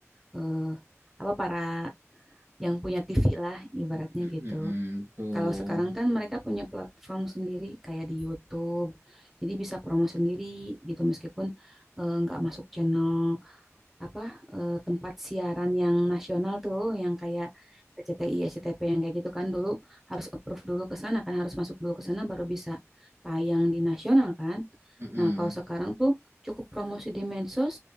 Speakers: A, in the centre; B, on the right (about 50°).
A: eh, apa para yang punya TV lah ibaratnya
B: Mm-mm,
A: gitu.
B: mm-mm, Tuh.
A: Kalau sekarang kan mereka punya platform sendiri kayak di YouTube, jadi bisa promo sendiri gitu meskipun eh, nggak masuk channel apa eh, tempat siaran yang nasional tuh, yang kayak RCTI, SCTV yang kayak gitu kan dulu harus approve dulu ke sana kan, harus masuk dulu ke sana baru bisa tayang di nasional kan.
B: Mm-mm.
A: Nah kalau sekarang tuh cukup promosi di medsos,